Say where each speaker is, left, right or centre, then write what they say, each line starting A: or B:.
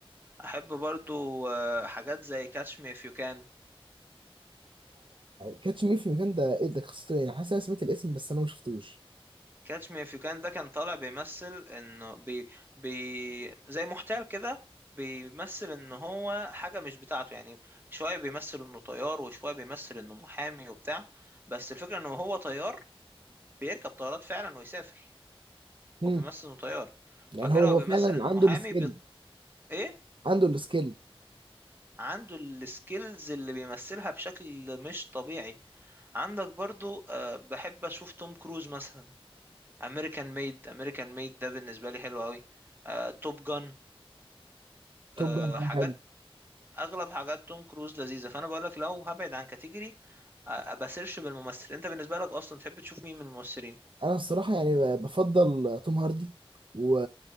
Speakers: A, on the right; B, on the right.
A: احب برضو آه، حاجات زي كاتش مي اف يو كان
B: كاتش مي في المكان ده ايه ده قصته إيه؟ يعني حاسس انا سمعت الاسم بس انا ما شفتوش
A: كاتش مي اف يو كان ده كان طالع بيمثل انه بي بي زي محتال كده بيمثل ان هو حاجة مش بتاعته يعني شوية بيمثل انه طيار وشوية بيمثل انه محامي وبتاع بس الفكرة انه هو طيار بيركب طيارات فعلا ويسافر
B: امم
A: هو بيمثل انه طيار
B: يعني
A: بعد كده
B: هو
A: هو
B: هو
A: بيمثل
B: فعلا
A: انه
B: عنده
A: محامي
B: السكيل
A: بي... ايه
B: عنده السكيل
A: عنده السكيلز اللي بيمثلها بشكل مش طبيعي عندك برضو أه بحب اشوف توم كروز مثلا امريكان ميد امريكان ميد ده بالنسبه لي حلو قوي آه، توب جان
B: توب
A: آه،
B: جان
A: حاجات
B: او حاجه
A: اغلب حاجات توم كروز لذيذه فانا بقول لك لو هبعد عن كاتيجوري بسيرش بالممثل انت بالنسبه لك اصلا تحب تشوف مين من الممثلين
B: انا الصراحه يعني بفضل توم هاردي و